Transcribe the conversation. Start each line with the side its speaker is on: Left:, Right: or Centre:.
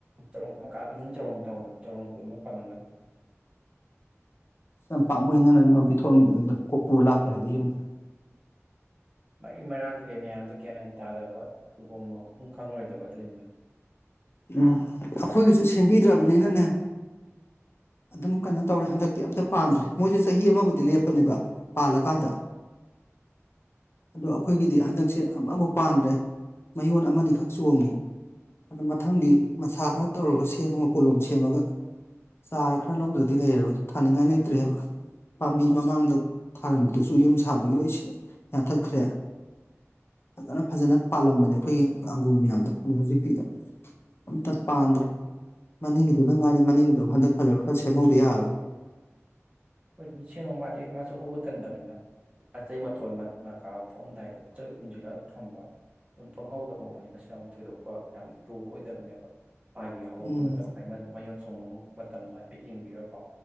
Right: ꯆꯔꯣꯡ ꯃꯀꯥ ꯈꯨꯗꯤꯡꯒꯤ ꯆꯔꯣꯡ ꯆꯔꯣꯡ ꯆꯔꯣꯡ ꯀꯨꯟꯃꯨꯛ ꯄꯥꯜꯂꯝꯒꯅꯤ꯫
Left: ꯁ ꯌꯥꯝ ꯄꯥꯝꯃꯨꯏ ꯅꯪꯅ ꯃꯤꯉꯣꯟ ꯄꯤꯊꯣꯛꯑꯝꯃꯤꯗꯣ ꯑꯗꯨꯗꯣ ꯀꯣꯛ ꯄꯨꯔ ꯂꯥꯛꯀꯦ ꯍꯥꯏꯗꯦ ꯌꯨꯝꯗ꯫
Right: ꯃꯔꯤ ꯃꯔꯥꯡ ꯀꯩꯀꯩ ꯃꯌꯥꯝꯗꯨ ꯒ꯭ꯌꯥꯟ ꯃꯦꯟ ꯇꯥꯗꯕ ꯄꯨꯕꯝ ꯂꯥꯛꯐꯝ ꯈꯪꯪꯉꯔꯣꯏꯗꯕ ꯑꯗꯨꯒꯤꯅꯤꯗ꯫
Left: ꯎꯝ ꯑꯈꯣꯏꯒꯤꯁꯨ ꯁꯦꯝꯕꯤꯗ꯭ꯔꯕꯅꯤꯅꯅꯦ꯫ ꯑꯗꯨꯝ ꯀꯩꯅꯣ ꯇꯧꯔꯦ ꯍꯟꯗꯛꯇꯤ ꯑꯝꯇ ꯄꯥꯟꯗ꯭ꯔꯦ ꯃꯣꯏꯖꯦ ꯆꯍꯤ ꯑꯃꯕꯨꯗꯤ ꯂꯦꯞꯄꯅꯦꯕ ꯄꯥꯜꯂꯀꯥꯟꯗ꯫ ꯑꯗꯣ ꯑꯈꯣꯏꯒꯤꯗꯤ ꯍꯟꯗꯛꯁꯦ ꯑꯃꯕꯨꯛ ꯄꯥꯟꯗ꯭ꯔꯦ꯫ ꯃꯌꯣꯟ ꯑꯃꯅꯤꯈꯛ ꯆꯣꯡꯉꯤ ꯫ ꯑꯗꯨꯗ ꯃꯊꯪꯗꯤ ꯃꯁꯥ ꯈꯔ ꯇꯧꯔꯒ ꯁꯦꯝꯃꯒ ꯀꯣꯂꯣꯝ ꯁꯦꯝꯃꯒ ꯆꯥꯔꯒ ꯈꯔ ꯂꯧꯗ꯭ꯔꯗꯤ ꯂꯩꯔꯔꯣꯢ ꯊꯥꯅꯤꯡꯉꯥꯢ ꯂꯩꯇ꯭ꯔꯦ ꯍꯥꯢꯕ ꯄꯥꯝꯕꯤ ꯃꯃꯥꯡꯗ ꯊꯥꯔꯝꯕꯗꯁꯨ ꯌꯨꯝ ꯁꯥꯕꯒꯤ ꯂꯣꯢ ꯁꯤ ꯌꯥꯟꯊꯠꯈ꯭ꯔꯦ ꯐꯖꯅ ꯐꯖꯅ ꯄꯥꯜꯂꯝꯕꯅꯦ ꯑꯩꯈꯣꯢꯒꯤ ꯑꯪꯒꯨꯔ ꯃꯌꯥꯝꯗꯣ ꯑꯗꯣ ꯍꯧꯖꯤꯛꯇꯤ ꯑꯝꯇ ꯄꯥꯟꯗ꯭ꯔꯦ ꯃꯅꯤꯡꯒꯤꯗꯨꯗ ꯉꯥꯏꯔꯦ ꯃꯅꯤꯡꯒꯤꯗꯣ ꯍꯟꯗꯛ ꯐꯖꯅ ꯈꯔ ꯁꯦꯝꯍꯧꯗ ꯌꯥꯔꯔꯣꯢ
Right: ꯍꯣꯢ ꯁꯦꯝꯃ ꯃꯥꯗꯤ ꯃꯥꯁꯨ ꯍꯧꯕ ꯇꯟꯗꯕꯅꯤꯅ ꯑꯇꯩ ꯃꯇꯣꯟ ꯃ ꯃꯀꯥ ꯊꯣꯛꯑꯝꯗꯥꯢꯗ ꯐꯖꯅ ꯎꯝꯖꯤꯜꯂ ꯊꯝꯕ ꯑꯗꯨꯝ ꯄꯪꯍꯧꯗ ꯍꯧꯕꯅꯤ ꯀꯁꯨ ꯌꯥꯝ ꯊꯣꯢꯗꯣꯛꯄ ꯌꯥꯝ ꯂꯨꯕ ꯑꯣꯢꯗꯕꯅꯦꯕ ꯃꯥꯒꯤ ꯍꯧꯔꯛꯄ
Left: ꯎꯝ
Right: ꯃꯇꯝꯗ ꯍꯥꯢꯕ ꯃꯌꯣꯟ ꯆꯣꯡꯕ ꯃꯇꯝꯗꯣ ꯍꯥꯢꯐꯦꯠ ꯌꯦꯡꯕꯤꯔꯒꯀꯣ